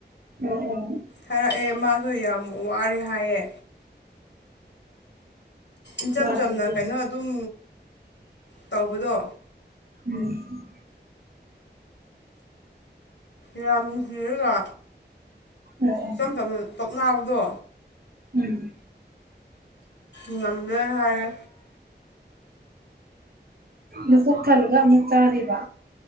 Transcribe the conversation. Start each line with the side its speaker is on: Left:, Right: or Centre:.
Right: ꯑꯣ ꯑꯣ
Left: ꯍꯥꯏꯔꯛꯑꯦ ꯃꯥꯁꯨ ꯌꯥꯝ ꯋꯥꯔꯦ ꯍꯥꯏꯌꯦ ꯏꯆꯝ
Right: ꯋꯥꯗ꯭ꯔꯗꯤ
Left: ꯆꯝꯅ ꯀꯩꯅꯣ ꯑꯗꯨꯝ ꯇꯧꯕꯗꯣ
Right: ꯎꯝ
Left: ꯌꯥꯝ ꯅꯨꯡꯁꯤꯔꯒ
Right: ꯑꯣ ꯑꯣ
Left: ꯏꯆꯝ ꯆꯝꯅ ꯇꯣꯛꯅꯕꯗꯣ
Right: ꯎꯝ
Left: ꯉꯝꯅꯤ ꯍꯥꯏꯔꯦ
Right: ꯅꯄꯨꯛ ꯊꯜꯂꯒ ꯑꯃꯨꯛ ꯆꯥꯔꯤꯕ